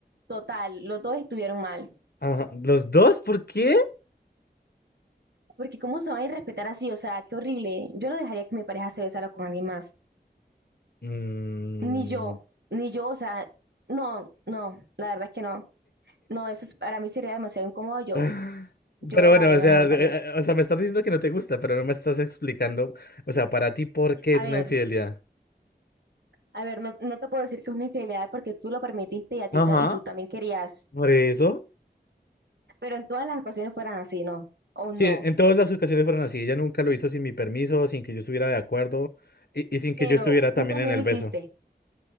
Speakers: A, on the right; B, on the left.
A: total, los dos estuvieron mal.
B: Ajá. ¿Los dos? ¿Por qué?
A: Porque cómo se van a respetar así, o sea, qué horrible. Yo no dejaría que mi pareja se besara con alguien más.
B: Mm.
A: Ni yo, ni yo, o sea, no, no, la verdad es que no. No, eso es- para mí sería demasiado incómodo. Yo,
B: <laughs>
A: yo
B: Pero
A: la
B: bueno,
A: verdad
B: o
A: no
B: sea,
A: lo aguantaría.
B: eh, eh, o sea, me estás diciendo que no te gusta, pero no me estás explicando, o sea, para ti, ¿por qué es
A: A ver,
B: una infidelidad?
A: a ver, no, no te puedo decir que es una infidelidad porque tú lo permitiste y a ti
B: Ajá,
A: ta- y tú también querías.
B: por eso.
A: Pero en todas las ocasiones fueran así, ¿no? O no.
B: Sí, en en todas las ocasiones fueron así. Ella nunca lo hizo sin mi permiso, sin que yo estuviera de acuerdo y, y sin que
A: Pero
B: yo estuviera también
A: tú también
B: en el
A: lo
B: beso.
A: hiciste.